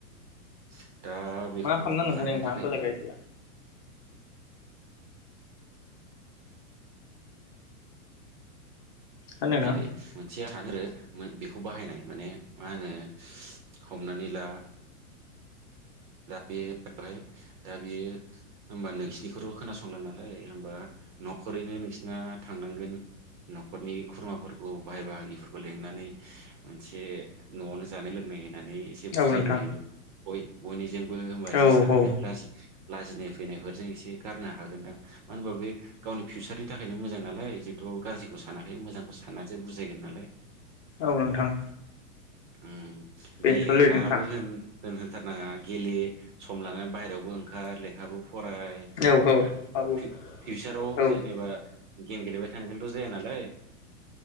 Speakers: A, on the right; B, on the left.
A: <unintelligible> दा बेखौ
B: मा खालामनांगोनथाय
A: बोखारनो
B: नोंथां
A: थाखायबा
B: बेलेग आइडिया हो नोंथां
A: जेरै मोनसेया थानो बेखौ बाहायनाय माने मा होनो हमनानै ला दा बे उमफ्राय दा बेयो होमबा नोंसिरनिखौथ' खोनासंला नालाय होमबा न'खरैनो नोंसिना थांनांगोन न'खरनि खुरमाफोरखौ बाहाय बाहागिफोरखौ लिंनानै मोनसे न'आवनो जानाय लोंनाय होननानै एसे
B: औ
A: बुजायनो
B: नोंथां
A: होयो। गय बयनि जोंबो होमबा एसे
B: औ
A: सानगोन
B: औ
A: अब्ला ला लाजिनाय फैनायफोरजों एसे गारनो हागोनदां मानो होनबा बे गावनि फिउचारनि थाखायनो मोजां नालाय जोंथ' गाज्रि सानाखै मोजांखौ सानाखै <unintelligible> बुजायगोन नालाय
B: औ नोंथां।
A: उम
B: बेनोथ'लै
A: गेलेेनाबो
B: नोंथां
A: होन होनो <unintelligible> गेले सम लानानै बाहेरयावबो ओंखार लेखाबो फराय
B: औ औ
A: ना
B: औ
A: फि-फिउसाराव
B: औ
A: जेनेबा गेम गेलेबाय थानायजोंथ' जाया नालाय